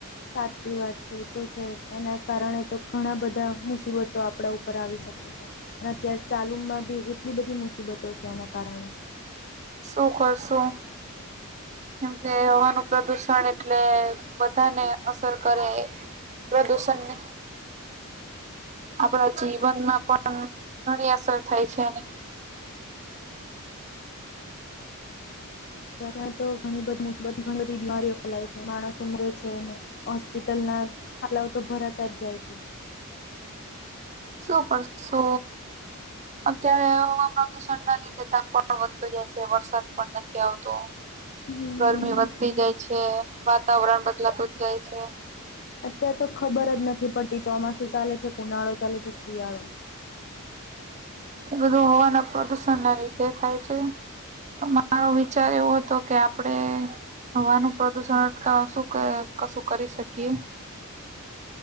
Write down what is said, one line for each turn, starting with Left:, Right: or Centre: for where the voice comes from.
Left: સાચી વાત છે, એ તો છે. એના કારણે તો ઘણા બધા મુસીબતો આપડા ઉપર આવી શકે છે. અને અત્યારે ચાલુમાં બી કેટલી બધી મુસીબતો છે, એના કારણે.
Right: શું કરશું? કેમકે હવાનું પ્રદુષણ એટલે બધાને અસર કરે એ. પ્રદૂષણને આપણા જીવનમાં પણ ઘણી અસર થાય છે એની.
Left: બધા જ તો ઘણી બધી મુસીબતો, ઘણી બધી બીમારીઓ ફેલાય છે. માણસો મરે છે ને હોસ્પિટલના હલાવ તો ભરતા જ જાય છે.
Right: શો કરસો? અત્યારે હવા પ્રદુષણ ના લીધે તપ પણ વધતું જાય છે વરસાદ પણ નથી આવતો.
Left: વાતાવરણ
Right: ગરમી વધતી જાય છે વાતાવરણ બદલાતું જ જાય છે.
Left: અત્યારેાર તો ખબર જ નથી પડતી ચોમાસું ચાલે છે ઉનાળો ચાલે છે કે શિયાળો.
Right: એ બધું હવાના પ્રદુષણ ના લીધે થાય છે. માળો વિચાર એવો હતો કે આપડે હવાનું પ્રદુષણ અટકવા શું કશું કરી શકીએ.